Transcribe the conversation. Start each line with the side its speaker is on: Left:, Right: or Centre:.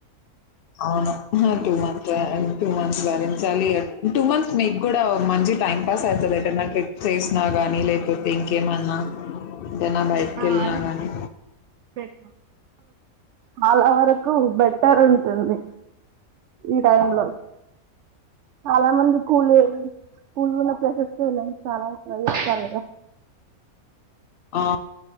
Left: అవును టూ మంత్స్ టూ మంత్స్ భరించాలి టూ మంత్స్ నిక్ కూడా ఒక మంచి టైం పాస్ అవుతుంది ఏంటన్న ఆట్రిప్ చేసినా కానీ లేకపోతే ఇంకేమన్ ఆ ఏనా బయిటికి
Right: ఆ
Left: ఏళ్లిన
Right: అది
Left: కానీ
Right: బెటర్ చాలా వరకు బెటర్ ఉంటుంది ఈ టైమ్ లో చాలామంది స్కూల్లొ స్కూల్ ఉన్న <unintelligible> ఇ చాలా ఇగ
Left: ఆ